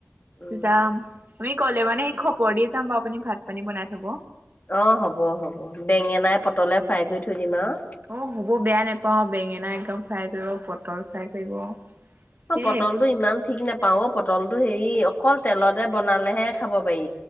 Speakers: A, on the left (about 40°); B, on the right (about 50°).
A: উম
B: যাম, আমি গ'লে মানে সেই
A: উম
B: খবৰ দি যাম বাাৰু আপুনি ভাত পানী বনাই থব।
A: অ হ'ব হ'ব বেঙেনাই পটলে ফ্ৰাই কৰি থৈ দিম আৰু।
B: অ হ'ব বেয়া নেপাও বেঙেনা একদম ফ্ৰাই কৰিব পটল ফ্ৰাই কৰিব
A: অ
B: সেই
A: পটল টো ইমান ঠিক নেপাও অ পল পটলটো হেৰি অকল তেলতে বনালেহে খাব পাৰি